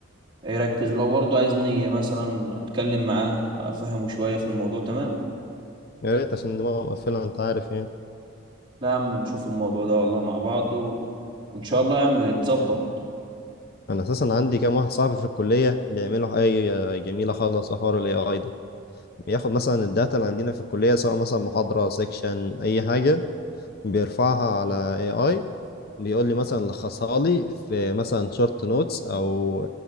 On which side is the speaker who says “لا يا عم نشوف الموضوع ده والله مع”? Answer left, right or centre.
Right